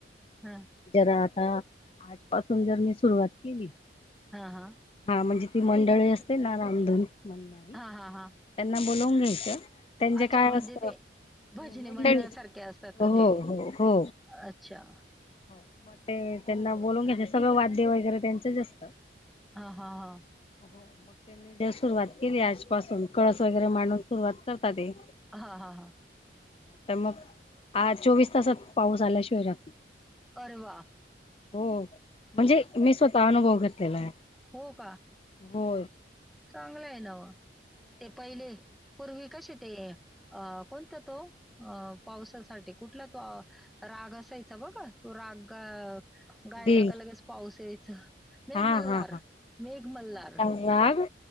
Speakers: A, in the centre; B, on the left (about 30°).
A: हा
B: जर आता आजपासून जर मी सुरुवात केली
A: हा हा.
B: हा म्हणजे ती मंडळी असते ना रामधुन म्हणणारी.
A: हां, हां, हां.
B: त्यांना बोलावून घ्यायचं, त्यांचं
A: अच्छा
B: काय
A: म्हणजे
B: असतं
A: ते भजनी
B: मंडळीच
A: मंडळ सारखे असतात का
B: हो
A: ते?
B: हो हो
A: अच्छा.
B: हो, मग ते त्यांना बोलवुन घ्यायचं, सगळं वाद्य वगैरे त्यांचंच असतं.
A: ह हा हा.
B: हो मग त्यांनी जर सुरुवात केली आजपासून, कळस वगैरे मांडून सुरुवात करता ते.
A: हा हा हा.
B: तर मग, आज चोवीस तासात पाऊस आल्याशिवाय राहत नाही.
A: अरे वा!
B: हो, म्हणजे मी स्वतः अनुभव घेतलेला आहे.
A: हो का?
B: हो.
A: चांगलं आहे ना व, ते पहिले पूर्वी कशे ते अ कोणता तो? अ पावसासाठी कुठला तो राग असायचा बघा, तो राग ग गायला
B: दे
A: का लगेच पाऊस यायचं. मेघमल्हार
B: हा हा हा
A: मेघमल्हार.
B: राग